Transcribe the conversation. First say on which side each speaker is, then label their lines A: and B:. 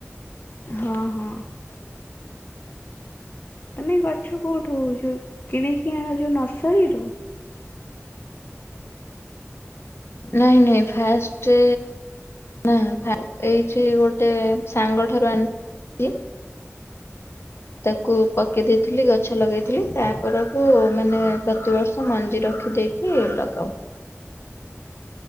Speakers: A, on the left; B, on the left.
A: ହଁ ହଁ ତମେ। ଗଛ କେଉଁଠୁ ଆଣ ଯେଉଁ କିଣିକି ଆଣ ଯେଉଁ ନର୍ସରୀରୁ।
B: ନହିଁ ନହିଁ ଫାର୍ଷ୍ଟ। ନା ଏଇଠ ଗୋଟେ ସାଙ୍ଗ ଠାରୁ ଆଣିଥିଲି। ତାକୁ ପକେଇ ଦେଇଥିଲି ଗଛ ଲଗେଇଥିଲି ତାପରକୁ ମାନେ ପ୍ରତିବର୍ଷ ମଞ୍ଜି ରଖିଦେଇକ ରଖିକି ଲଗାଉ।